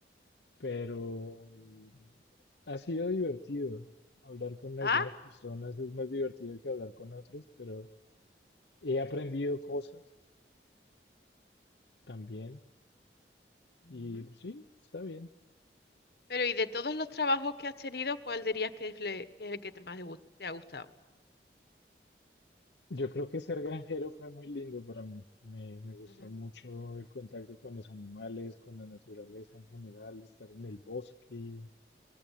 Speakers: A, on the left; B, on the left.
A: pero mm, ha sido divertido. Hablar con algunas
B: Ah,
A: personas es más divertido que hablar con otros, pero he aprendido cosas también
B: ujú.
A: y sí, está bien.
B: Pero ¿y de todos los trabajos que has tenido, cuál dirías que es, le- que es el que te más te gus- te ha gustado?
A: Yo creo que ser granjero fue muy lindo para mí. Me, me gustó
B: Ujú,
A: mucho el contacto con los animales, con la naturaleza en general, estar en el bosque,